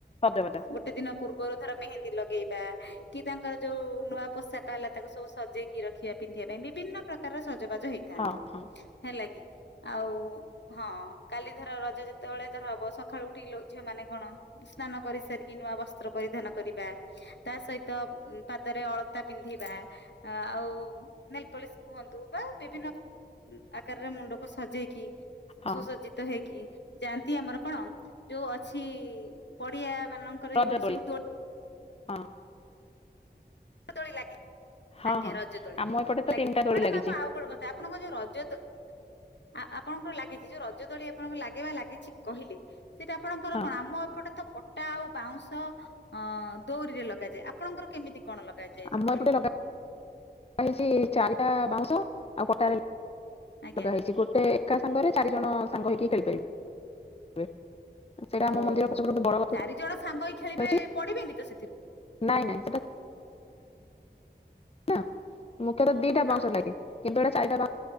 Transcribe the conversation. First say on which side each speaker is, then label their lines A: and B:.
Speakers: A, on the left; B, on the left.
A: ହ ଦେବା ଦେ <inaudible>
B: ଗୋଟେ ଦିନ ପୂର୍ବରୁ ଧର ମେହେନ୍ଦୀ ଲଗେଇବା, କି ତାଙ୍କର ଯୋଉ ନୂଆ ପୋଷାକ ହେଲା, ତାକୁ ସବୁ ସଜେଇକି ରଖିବା, ପିନ୍ଧିବା ପାଇଁ, ବିଭିନ୍ନ ପ୍ରକାରର ସଜ ବା ଜ ହେଇଥାନ୍ତି,
A: ହଁ ହଁ
B: ହେଲା କିି ଆଉ ହଁ, କାଲି ଧର ରଜ ଯେତେବେଳେ ଧର ହବ, ସକାଳୁ ଉଠି ଝିଅ ମାନେ କଣ ସ୍ନାନ କରି ସାରିକି, ନୂଆ ବସ୍ତ୍ର ପରିଧାନ କରିବା, ତା ସହିତ ପାଦରେ ଅଳତା ପିନ୍ଧିବା ଆଉ ନେଲ ପଳିସ କୁହନ୍ତୁ ବା ବିଭିନ୍ନ ଆକାରରେ ମୁଣ୍ଡକୁ ସଜେଇକି
A: ହଁ।
B: ସୁସଜ୍ଜିତ ହେଇକି ଯାଆନ୍ତି ଆମର କଣ ଯୋଉ ଅଛି ପଡିଆ ମାନଙ୍କର
A: ରଜ
B: ଯୋଉଠି
A: ଦୋଳି
B: ସବୁ ଦୋ
A: ହଁ,
B: ଦୋଳି ଲାଗି
A: ହଁ
B: ଆଜ୍ଞା
A: ହଁ
B: ରଜଦୋଳି
A: ଆମ ଏପଟେ ତ
B: ଲାଗେ
A: ତିନିଟା ଦୋଳି
B: ମ୍ୟାଡାମ
A: ଲାଗିଛି
B: ଆପଣ ଆଉ ଗୋଟେ କଥା ଆପଣଙ୍କ ଯୋଉ ରଜ ଦୋ ଆ ଆପଣଙ୍କର ଲାଗିଛି ଯୋଉ ରଜ ଦୋଳି ଆପଣଙ୍କୁ ଲାଗେ ବା ଲାଗିଛି କହିଲେ ସେଇଟା ଆପଣଙ୍କର
A: ହଁ
B: କଣ ଆମ ଏପଟେ ତ ପ ଟା ଆଉ ବାଉଁଶ ଅ ଦୋଉରିରେ ଲଗାଯାଏ। ଆପଣଙ୍କର କେମିତି? କଣ ଲଗା ଯାଏ
A: ଆମ
B: ସେ ଦୋଳି?
A: ଏପଟେ ଲଗା ହେଇଛି ଚାରିଟା ବାଉଁଶ ଆଉ ପଟାରେ ଲଗାହେଇଛି
B: ଆଜ୍ଞା
A: ଗୋଟେ ଏକା ସାଙ୍ଗରେ ଚାରି ଜଣ ସାଙ୍ଗ ହେଇକି ଖେଳିପାରିବେ। ସେଇଟା ଆମ
B: ଓହୋ,
A: ମନ୍ଦିର ପଛପଟେ ଗୋଟେ
B: ହୋ
A: ବଡ ଗଛ
B: ଚାରିଜଣ ସାଙ୍ଗ ହେଇ ଖେଳିବେ
A: ଅଛି
B: ପଡିବେନି ତ ସେଥିରୁ?
A: ନାଇଁ ନାଇଁ <unintelligible> ମୁଖ୍ୟତ ଦିଟା
B: ହଁ
A: ବାଉଁଶ ଲାଗେ କିନ୍ତୁ ଏଟା ଚାରିଟା ବା